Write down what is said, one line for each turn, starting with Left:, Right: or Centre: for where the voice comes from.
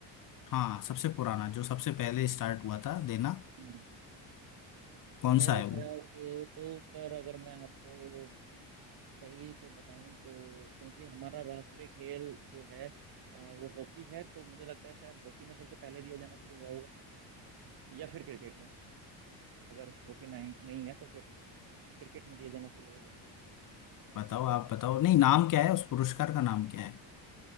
Left: हाँ सबसे पुराना जो सबसे पहले स्टार्ट हुआ था देना
Right: हम्म।
Left: कौन
Right: मेरे
Left: सा है वो
Right: ख्याल से तो पर अगर मैं आपको सही से बताऊं तो क्योंकि हमारा राष्ट्रीय खेल जो है अ, वो हॉकी है तो मुझे लगता है शायद हॉकी में सबसे पहले दिया जाना शुरू हुआ होगा या फिर क्रिकेट में अगर हॉकी नहीं नहीं है तो फिर क्रिकेट में दिया जाना शुरू होगा
Left: बताओ आप बताओ नहीं नाम क्या है उस पुरस्कार का नाम क्या है